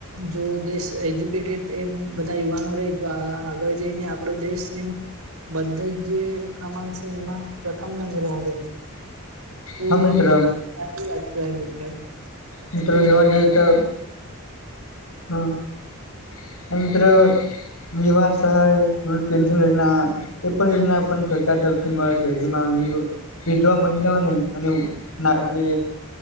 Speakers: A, on the right (about 80°); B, on the left (about 80°).
A: જો દેશ એજ્યુકેટેડ એ બધા યુવાનો રેય તો આગળ જઈને આપણો દેશ એમ બધા જ ક્રમાંક છે એમ પ્રથમ નંબરે આવે. તો
B: હા મિત્ર
A: એ સારી વાત કેવાય મિત્ર.
B: મિત્ર
A: તો
B: જોવા જઈએ તો હા મિત્ર વિવાહ સહાય <unintelligible> પેન્શન હો ના એ પણ યોજના આપણને સરકાર તરફથી મળે છે જેમાં વિધવા મહિલાઓને અને ના જે